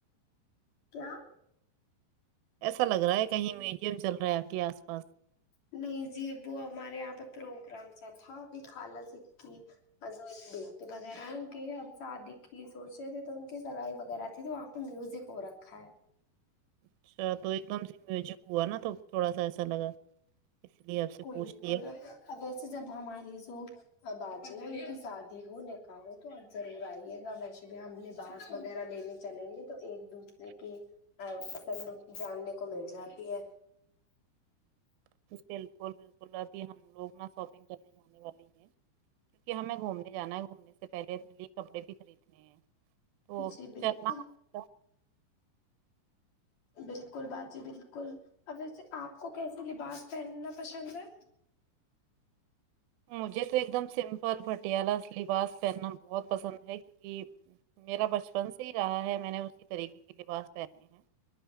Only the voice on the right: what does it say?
ایسا لگ رہا ہے کہیں میڈیم چل رہا ہے آپ کے آس پاس
اچھا تو ایک دم سے میوزک ہوا نا تو تھوڑا سا ایسا لگا اس لیے آپ سے
پوچھ
لیا
بالکل بالکل باجی ہم لوگ نا شاپنگ کرنے جانے والے ہیں کہ ہمیں گھومنے جانا ہے گھومنے سے پہلے اپنے لیے کپڑے بھی خریدنے ہیں تو
چلنا ہمارے
مجھے تو ایک دم سمپل پٹیالہ لباس پہننا بہت پسند ہے کیونکہ میرا بچپن سے ہی رہا ہے میں نے اسی طریقے کے لباس پہنے ہیں